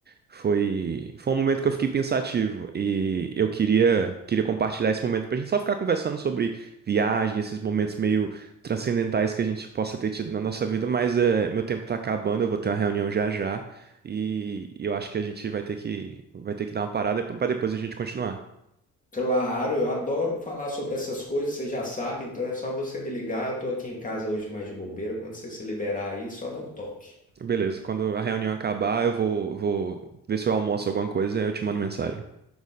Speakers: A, on the right; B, on the left.
A: foi, foi um momento que eu fiquei pensativo e eu queria, queria compartilhar esse momento pra gente só ficar conversando sobre viagem, esses momentos meio transcendentais que a gente possa ter tido na nossa vida, mas é, meu tempo tá acabando, eu vou ter uma reunião já já. E eu acho que a gente vai ter que, vai ter que dar uma parada para depois a gente continuar.
B: Claro, eu adoro falar sobre essas coisas, você já sabe, então é só você me ligar. Eu estou aqui em casa hoje mais de bobeira. Quando você se liberar aí, só dá um toque.
A: Beleza, quando a reunião acabar, eu vou, vou ver se eu almoço alguma coisa e eu te mando mensagem.